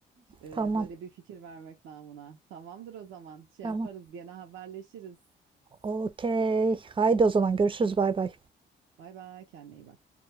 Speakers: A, on the right; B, on the right.
A: E,
B: Tamam
A: böyle bir fikir vermek namına. Tamamdır o zaman. Şey
B: tamam.
A: yaparız gene haberleşiriz.
B: Okey. Haydi o zaman görüşürüz bay bay.
A: Bay bay kendine iyi bak.